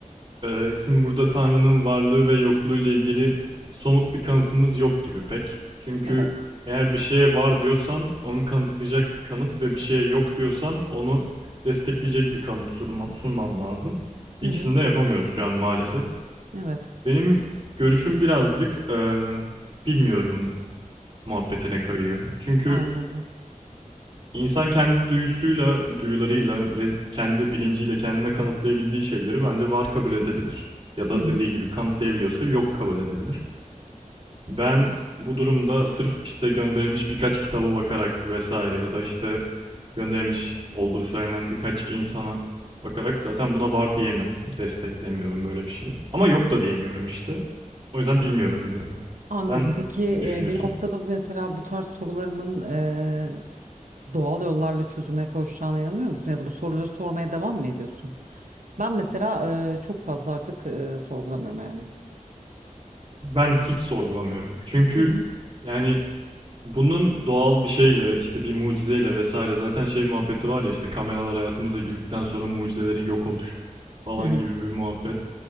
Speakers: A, on the right (about 40°); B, on the right (about 75°).
A: Ee, şimdi burada Tanrı'nın varlığı ve yokluğu ile ilgili somut bir kanıtımız yok gibi pek. Çünkü
B: Evet.
A: eğer bir şeye var diyorsan onu kanıtlayacak bir kanıt ve bir şeye yok diyorsan onu destekleyecek bir kanıt sunman, sunman lazım. İkisini
B: Hı hı.
A: de yapamıyoruz şu an maalesef.
B: Evet,
A: Benim görüşüm birazcık eee, bilmiyorum muhabbetine kayıyor. Çünkü
B: anladım.
A: İnsan kendi duyusuyla, duyularıyla ve kendi bilinciyle kendine kanıtlayabildiği şeyleri bence var kabul edebilir. Ya da
B: Hı hı.
A: dediği gibi kanıtlayabiliyorsa yok kabul edebilir. Ben bu durumda sırf işte gönderilmiş birkaç kitaba bakarak vesaire ya da işte gönderilmiş olduğu söylenen birkaç insana bakarak zaten buna var diyemem. Desteklemiyorum böyle bir şeyi. Ama yok
B: Tamam.
A: da diyemiyorum işte. O yüzden bilmiyorum diyorum.
B: Anladım.
A: Sen
B: Peki
A: ne düşünüyorsun?
B: e, bir noktada mesela bu tarz sorularının e, doğal yollarla çözüme kavuşacağına inanıyor musun? Ya da bu soruları sormaya devam mı ediyorsun? Ben mesela e, çok fazla artık e, sorgulamıyorum yani.
A: Ben hiç sorgulamıyorum. Çünkü
B: Hı hı.
A: yani Bunun doğal bir şeyle işte bir mucizeyle vesaire zaten şey muhabbeti var ya işte kameralar hayatımıza girdikten sonra mucizelerin yok oluş falan
B: Hı hı.
A: gibi bir muhabbet.